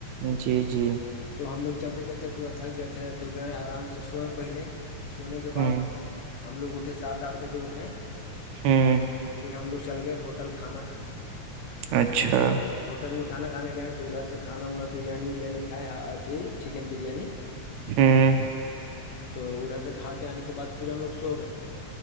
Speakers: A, on the right; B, on the left.
A: جی جی
B: تو ہم لوگ چلتے چلتے پورا تھک گئے تھے تو گئے آرام سے سوئے پہلے سونے کے
A: ہوں
B: بعد ہم لوگ اٹھے سات آٹھ بجے اٹھے
A: ہوں
B: پھر ہم لوگ چل گئے ہوٹل کھانا کھانے
A: اچھا
B: تو ہوٹل میں کانا کھانے گئے تو ادھر سے کانا وانا بریانی وریانی کھائے اھی چکن بریانی
A: ہوں
B: تو ادھر سے کھا کے آنے کے بعد پھر ہم لوگ سو گئے